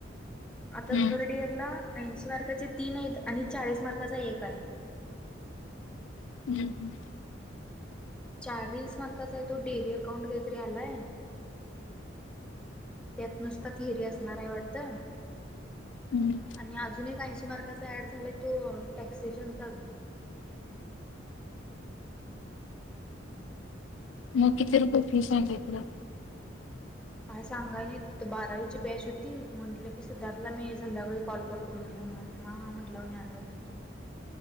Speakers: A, in the centre; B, on the left (about 75°).
A: आता
B: हम्म
A: थर्ड ईयरला ऐंशी मार्काचे तीन आहेत. आणि चाळीस मार्काचा एक आहे.
B: हम्म हम्म
A: चाळीस मार्कांचा तो डेअरी अकाउंट काहीतरी आलाय. त्यात नुसता थिरी असणार आहे वाटतं.
B: हम्म.
A: आणि अजून एक ऐंशी मार्काचा ऍड झालाय तो टॅक्सशन चाल <inaudible>
B: मग किती रुपये फी सांगि तलं?
A: काय सांगाय नाही तीत बारावीची बॅच होती, म्हटलं की सिद्धार्थला मी संध्याकाळी कॉल करतो. <unintelligible> ह हा म्हणला आणि आलाज नहीं.